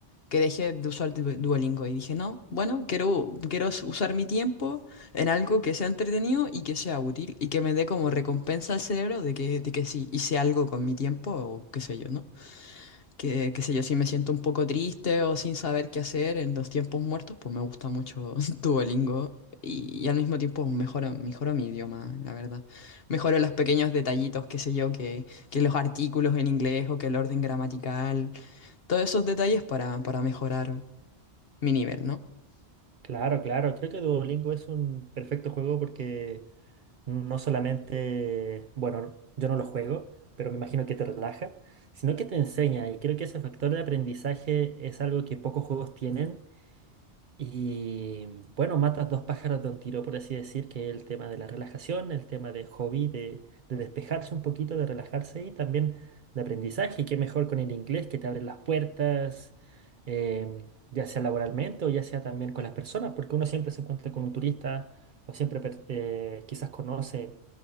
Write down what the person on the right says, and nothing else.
Claro, claro, creo que Duolingo es un perfecto juego porque no solamente, bueno, yo no lo juego, pero me imagino que te relaja, sino que te enseña y creo que ese factor de aprendizaje es algo que pocos juegos tienen Y bueno, matas dos pájaros de un tiro, por así decir, que es el tema de la relajación, el tema de hobby, de, de despejarse un poquito, de relajarse y también de aprendizaje. Y qué mejor con el inglés que te abre las puertas, eh, ya sea laboralmente o ya sea también con las personas, porque uno siempre se encuentra con un turista o siempre per- eh, quizás conoce